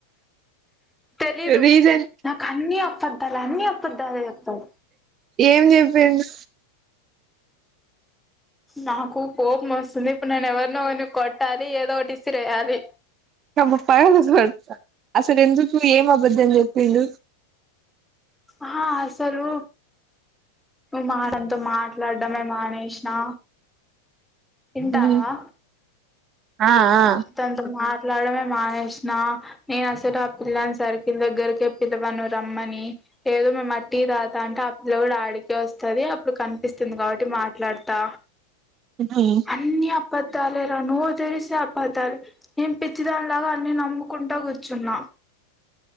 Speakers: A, in the centre; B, on the right.
A: తెలీదు
B: రీజన్
A: నాకన్నీ బద్దాలు అన్నీ అపద్దాలే చెప్తావ్
B: ఏమ్ చెప్పిండు
A: నాకు కోపమొస్తుంది ప్పుడు నేనెవరినో <unintelligible> కొట్టాలి ఏదోకటిసిరేయాలి
B: <unintelligible> అసలెందుకు ఏం అబద్దం చెప్పిండు
A: ఆ అసలు ను మాటతో మాట్లాడ్డమే మానేసినా ఇంటానావా
B: ఉమ్ ఆ ఆ
A: తంత మా మాట్టాడమే మానేసినా నేనసలు ఆ పిల్లాని సర్కిల్ దగ్గరకే పిలవను రమ్మని ఏదో మేమటీ తాతా అంటే ఆ పిల్ల కూడా ఆడికే వస్తది అప్పుడు కనిపిస్తుంది కాబట్టి మాట్లాడతా
B: ఉమ్
A: అన్నీ అప పద్దాలేరా నోరు తెరిస్తే అపద్దాలే నేన్ పిచ్చిదానిలాగా అన్ని నమ్ముకుంటా కూర్చున్నా